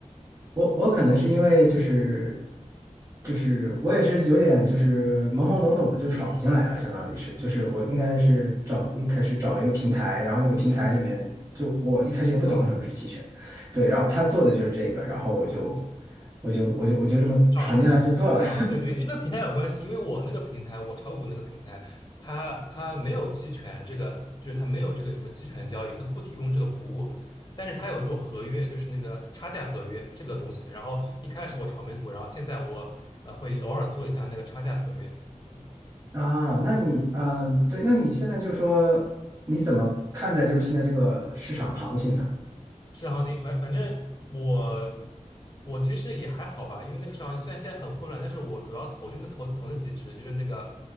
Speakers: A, on the right (about 25°); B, on the left (about 35°).
A: 我我可能是因为就是就是我也是有点就是懵懵懂懂的就闯进来了，
B: 嗯嗯
A: 相当于是就是我应该是找一开始找了一个平台，
B: 嗯
A: 然后那个平台里面就我一开始也不懂什么是期权，
B: 嗯，嗯，啊。
A: 对，然后他做的就是这个，然后我就我就我就我就这么闯进来就做了
B: 上手了。啊，对对，这跟平台有关系，因为我那个平台，我炒股那个平台，它它没有期权这个，就是它没有这个什么期权交易，它不提供这个服务，但是它有这种合约，就是那个差价合约这个东西。然后一开始我炒美股，然后现在我呃会偶尔做一下那个差价合约。嗯。
A: <laughs> 啊，那你嗯对，那你现在就说你怎么看待就是现在这个市场的行情呢？
B: 市场行情，反反正我我其实也还好吧，因为那个市场行情虽然现在很混乱，但是我主要投就那投投那几只，就是那个